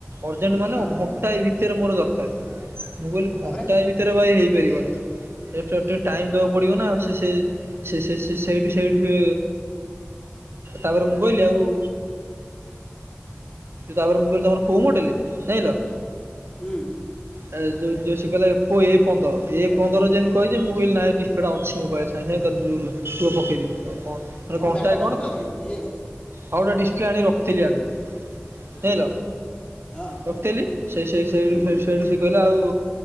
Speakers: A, on the right (about 70°); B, on the left (about 30°).
A: ଅର୍ଜେଣ୍ଟ ମାନେ
B: ହଁ
A: ଘଣ୍ଟାଏ ଭିତରେ ମୋର ଦରକାର। ମୁଁ କହିଲି,
B: ତାପରେ
A: ଘଣ୍ଟାଏ ଭିତରେ ଭାଇ ହେଇପାରିବ ନାହିଁ‌। ଟିକେ ଟାଇମ ଦବା ପଡିବ ନା ସେ ସେଇଠୁ ସେଇଠୁ ସେ ହଁ, ତାପରେ ମୁଁ କହିଲି ଆଉ ତାପ ମୁଁହିଲି ତମର କୋଉ ମୋଡେଲ ଜାଣିଲ
B: ହୁଁ।
A: ହ ଏଉ ଯଉ କହିଲା ଏ ପନ୍ଦର ଏ ପନ୍ଦର ଯେମିତି କହିଛି, ମୁ ନାହିଁ ଡିସପ୍ଟା ଅଛି ମୋବାଇଲରେ। ନାଇଁ ପୁ ପକେଇଦବି କ ମ
B: ତମ
A: ଘଣ୍ଟାଏ
B: ବ୍ୟାକଅପ୍
A: କଣ
B: ରଖିଥିଲ
A: ତ?
B: କି ଇଏ
A: ହଉ ଗୋଟେ ଡିସ୍ ପ୍ଲେ ଆଣି ରଖିଥିଲି ଆଗରୁ ଜାଣିଲ
B: ଓହୋ ହଁ
A: ପକେଇଲି। ସେଇ ସେଇ ସେଇଠୁ
B: ହୁଁ
A: ସେ ସେଇଠୁ ସେ କହିଲା ଆଉ,